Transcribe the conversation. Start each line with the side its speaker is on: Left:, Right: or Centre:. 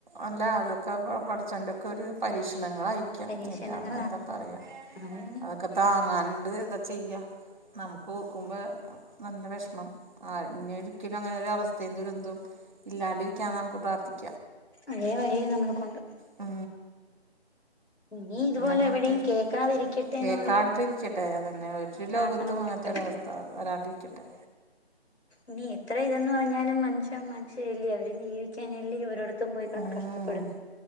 Right: അല്ല അതൊക്കെ പസച്ചിന്റെക്കെരു പരീക്ഷണങ്ങളായിരിക്കും
Left: പരീക്ഷണങ്ങളാ
Right: അല്ലാ പ്പ എന്താ പറയാ
Left: അതന്നെ
Right: ഒക്കെ താങ്ങാണ്ട് എന്താ ചെയ്യ നമുക്ക് ഓർക്കുമ്പോ നല്ല വേശ്മം ആഹ് ഇനി ഒരിക്കലും അങ്ങനെ ഒരു അവസ്ഥയും ദുരന്തും ഇല്ലാണ്ടിരിക്കാൻ നമുക്ക് പ്രാത്ഥിക്കാം
Left: അതേ വഴിയെ നമ്മളെക്കൊണ്ട്
Right: ആ
Left: ഇനി ഇതുപോലെ
Right: അങ്ങനത്തൊരു
Left: എവിടെയും കേൾക്കാതിരിക്കട്ടെ
Right: കേക്കാട്ട
Left: എന്നുള്ളൊരു
Right: ഇരിക്കട്ടെ അതന്നെ ഒരു
Left: പ്രാർത്ഥന
Right: ലോകത്തും
Left: മാത്രമേ
Right: അങ്ങനത്തെ ഒരുവസ്ഥ
Left: ഉള്ളൂ
Right: ആ വരാണ്ടിരിക്കട്ടെ.
Left: ഇനി എത്ര ഇതന്ന് പറഞ്ഞാലും മനുഷ്യൻ മനുഷ്യല്ലേ അവരും ജീവിക്കാനല്ലേ അവരോട്. അത്തും പോയികെടന്ന്
Right: ഉം
Left: കഷ്ടപ്പെടുന്ന്.